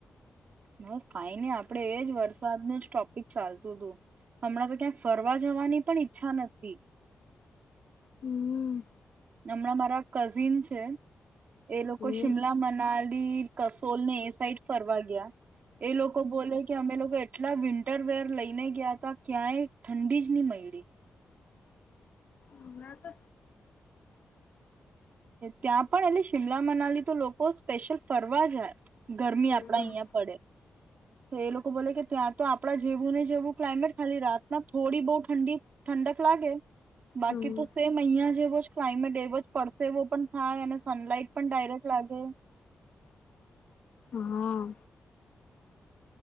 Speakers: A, on the right; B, on the left.
A: બસ કઈ નઈ આપડે એજ વરસાદનું જ ટોપિક ચાલતું હતું હમણાં તો ક્યાં ફરવા જવાની પણ ઈચ્છા નથી
B: હમ
A: હમણાં મારા કઝિન છે એ લોકો
B: હમ
A: શિમલા મનાલ ી કસોલ ને એ સાઈડ ફરવા ગયા એ લોકો બોલે કે અમે લોકો એટલા વિન્ટર વર લઈને ગયા ત ક્યાંય ઠંડી જ નહી મળડી
B: હમણાં તો
A: ત્યાં પણ એટલે શિમલા મનાલી તો લોકો સ્પેશિયલ ફરવા જાય ગરમી
B: હમ
A: આપડા અહં પડે તો એ લોકો બોલે કે ત્યાં તો આપડા જેવું ને જેવું ક્લાયમેટ ખાલી રાતના થોડી બહુ ઠંડી ઠંડક લાગે બાકી
B: હમ
A: તો સેમ અહીયા એો જ ક્લાઇમેટ એવો જ પરસેવો પણ થાય અને સનલાઈટ પણ ડાયરેક્ટ લાગે
B: હા